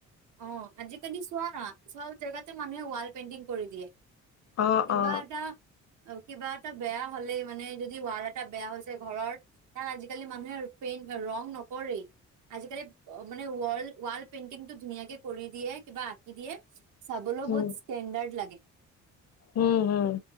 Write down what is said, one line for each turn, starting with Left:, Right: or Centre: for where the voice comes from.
Right: অ', আজিকালি চোৱা নহ চব জেগাতে মানুহে ৱাল পেইণ্টিং কৰি দিয়ে
Left: অ
Right: কিবা
Left: অ
Right: এটা অ', কিবা এটা বেয়া হলেই মানে যদি ৱাল এটা বেয়া হৈছে ঘৰৰ ত আজিকালি মানুহে পেইনট ৰং নকৰেই আজিকালি মানে ৱল ৱাল পেইণ্টিংটো ধুনীয়াকে কৰি দিয়ে কিবা আঁকি দিয়ে চাবলৈও
Left: উম
Right: বহুত ষ্টেণ্ডাৰ্ড লাগে
Left: উম, হম।